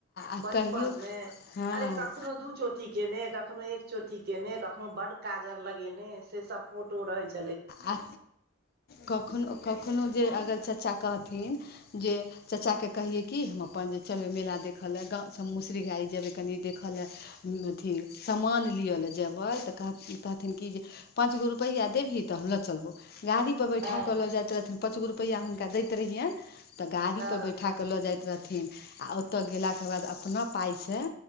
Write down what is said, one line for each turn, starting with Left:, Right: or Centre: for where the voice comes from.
Left: आ
Right: बचपन
Left: कहियो
Right: मे
Left: हँ
Right: अरे कखनो दू चोट चोटी केने कखनो एक चोटी केने कखनो बड्ड काजर लगेने से सब फोटो रहै छ।
Left: आ कखनो - कखनो जे अगर चच्चा कहथिन जे चचा के कहियै कि हम अपन जे चलबै मेला देखऽ ले गाव हम मुसरी घरारी जेबै कनि देखऽ लेए। अथि समान लियऽ ले जेबै त कहथि- कहथिन कि जे पाँच गो रूपैया देबही त हम लऽ चलबौ गाड़ी पर बैठा
Right: हँ
Left: कऽ लऽ जाइत रहथिन पाँच गो रुपैया हुनका दैत रहियैन। त गाड़ीपर
Right: हँ
Left: बैठा क लऽ जाइत रहथिन आ ओतऽ गेलाके बाद अपना पाइ से